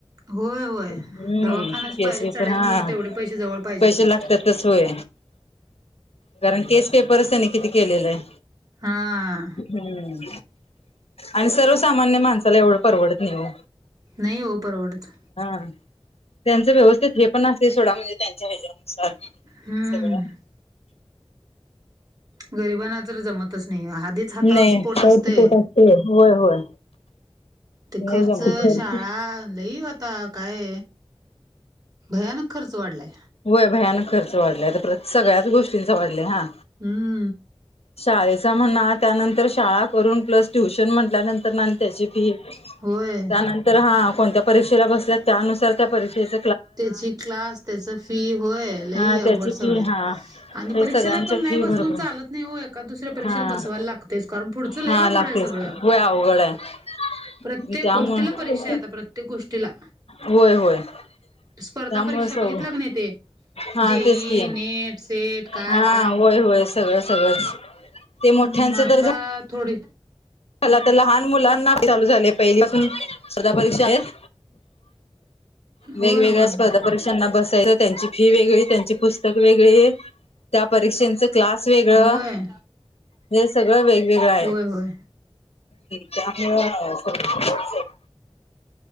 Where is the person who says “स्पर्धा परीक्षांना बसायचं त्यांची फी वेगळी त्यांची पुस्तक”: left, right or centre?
Left